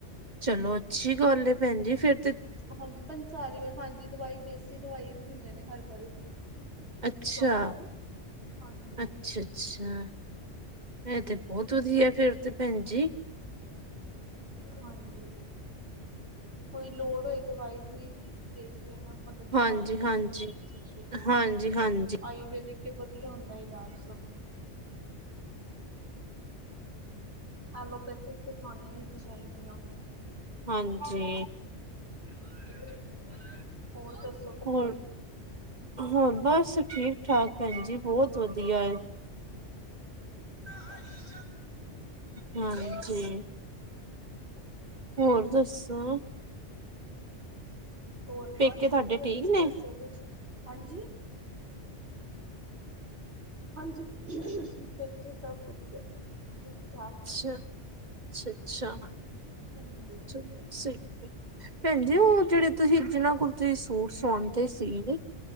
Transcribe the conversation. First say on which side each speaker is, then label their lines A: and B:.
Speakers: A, on the right; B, on the right.
A: ਚਲੋ ਅੱਛੀ ਗੱਲ ਹੈ ਭੈਣ ਜੀ ਫਿਰ।
B: ਹਾਂਜੀ। ਪੰਚਾਰੀ ਹਾਂਜੀ। ਦਵਾਈ ਦੇਸੀ ਦਵਾਈ ਵੀ ਦਿੰਦੇ ਨੇ ਹਰਬਲ।
A: ਅੱਛਾ
B: ਸ਼ੋਪ ਹੈ ਨਾ। ਹਾਂਜੀ -ਹਾਂਜੀ।
A: ਅੱਛਾ ਅੱਛਾ। ਇਹ ਤੇ ਬਹੁਤ ਵਧੀਆ ਫੇਰ ਤੇ ਭੈਣ ਜੀ।
B: ਹਾਂਜੀ। ਕੋਈ ਲੋੜ ਹੋਏ ਦਵਾਈ- ਦੂਈ ਦੀ ਦੇਖ ਲੈਣਾ, ਬੰਦਾ ਦਿਖਾ
A: ਹਾਂਜੀ
B: ਕੇ ਦੇਖਣਾ
A: ਹਾਂਜੀ
B: ਤੁਸੀਂ ਜ਼ਰੂਰ।
A: ਹਾਂਜੀ ਹਾਂਜੀ
B: ਆਯੁਰਵੇੈਦਿਕ ਤੇ ਵਧੀਆ ਹੁੰਦਾ ਇਲਾਜ ਸਗੋਂ। ਐਲੋਪੈਥਿਕ ਤੇ ਖਾਣੀ ਨ ਚਾਹੀਦੀਆਂ।
A: ਹਾਂਜੀ।
B: <inaudible> ਹੋਰ ਦੱਸ
A: ਹੋਰ, ਹੋਰ ਬਸ ਠੀਕ-ਠਾਕ ਭੈਣ ਜੀ ਬਹੁਤ ਵਧੀਆ ਐ।
B: <unintelligible> ਅੱਛਾ।
A: ਹਾਂਜੀ ਹੋਰ ਦੱਸੋ।
B: ਹੋਰ
A: ਪੇਕੇ
B: ਬਸ
A: ਤੁਹਾਡੇ
B: ਵਧੀਆ,
A: ਠੀਕ
B: ਤੁਸੀਂ
A: ਨੇ
B: ਦੱਸੋ ਕੁਛ ਹਾਂਜੀ। ਹਾਂਜੀ, <unintelligible> ਦੇਖੇ ਸਭ ਵਧੀਆ। ਠਾਕ
A: ਅੱਛਾ,
B: ਨੇ।
A: ਅੱਛਾ ਅੱਛਾ।
B: ਹਾਂਜੀ।
A: ਚਲੋ ਸਹੀ ਐ। ਭੈਣ ਜੀ ਉਹ ਜਿਹੜੇ ਤੁਸੀਂ ਜਿਹਨਾਂ ਕੋਲ ਤੁਸੀਂ ਸੂਟ ਸਵਾਂਦੇ ਸੀ।